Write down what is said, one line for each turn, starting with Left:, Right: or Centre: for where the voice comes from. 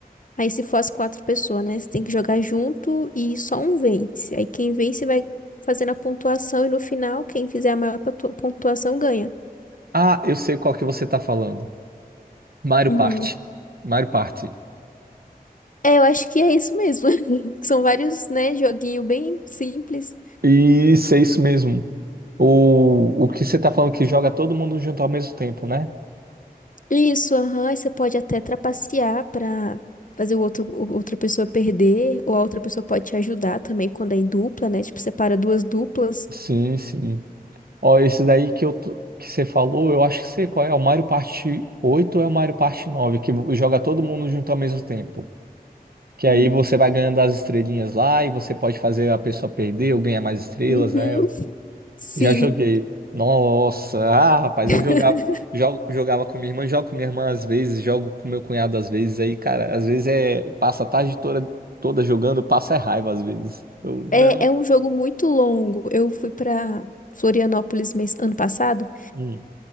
Left: aí se for as quatro pessoas, né? Você tem que jogar junto e só um vence. Aí quem vence vai fazendo a pontuação e no final, quem fizer a maior pontu- pontuação ganha.
Right: Ah, eu sei qual que você tá falando. Mario
Left: Uhum.
Right: Party. Mario Party.
Left: É, eu acho que é isso mesmo. <laughs> São vários, né, joguinho bem simples.
Right: E, isso, é isso mesmo. O, o que você tá falando que joga todo mundo junto ao mesmo tempo, né?
Left: Isso, aham, aí você pode até trapacear pra fazer o outro, o- outra pessoa perder, ou a outra pessoa pode te ajudar também quando é em dupla, né? Tipo, separa duas duplas.
Right: Sim, sim. Ó, esse daí que eu tô- que você falou, eu acho que sei qual é. É O Mario Party 8 ou é o Mario Party 9 que joga todo mundo junto ao mesmo tempo. Que
Left: Hum.
Right: aí você vai ganhando as estrelinhas lá e você pode fazer a pessoa perder ou ganhar mais estrelas,
Left: Uhum,
Right: né?
Left: sim.
Right: Já joguei. Nossa, ah, rapaz,
Left: <laughs>
Right: eu jogava, jogo, jogava com minha irmã, jogo com minha irmã às vezes, jogo com meu cunhado às vezes. Aí, cara, às vezes é, passa a tarde toda, toda jogando, passa é raiva às vezes. Eu, não.
Left: É, é um jogo muito longo. Eu fui pra Florianópolis mês, ano passado,
Right: Hum.